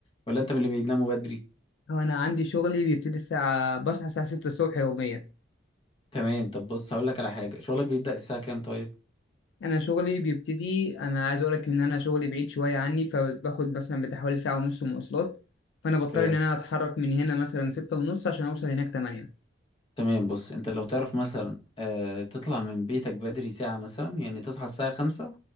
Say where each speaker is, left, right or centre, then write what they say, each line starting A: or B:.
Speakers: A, on the left; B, on the left.
A: ولا انت من اللي بيناموا بدري
B: هو انا عندي شغلي بيبتدي الساعه بصحى الساعه 6 الصبح يوميا
A: تمام طب بص هقول لك على حاجة شغلك بيبدأ الساعة كام طيب
B: انا شغلي بيبتدي انا عايز اقول لك ان انا شغلي بعيد شويه عني فباخد مثلا بتحوالي ساعه ونص مواصلات فانا بضطر
A: اوكي
B: ان انا اتحرك من هنا مثلا 6 ونص عشان اوصل هناك 8
A: تمام بص انت لو تعرف مثلا آه تطلع من بيتك بدري ساعة مثلا يعني تصحى الساعة خمسة